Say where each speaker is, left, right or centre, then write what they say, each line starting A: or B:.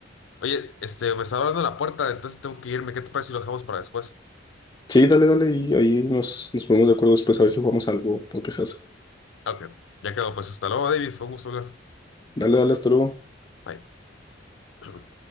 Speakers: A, on the left; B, on the left.
A: Oye, este, me está hablando la puerta, entonces tengo que irme. ¿Qué te parece si lo dejamos para después?
B: Sí, dale, dale, y ahí nos, nos ponemos de acuerdo después a ver si jugamos algo o qué se hace.
A: Ah, Ok, ya quedó. Pues hasta luego, David. Fue un gusto hablar.
B: Dale, dale, hasta luego.
A: Bye. <clears throat>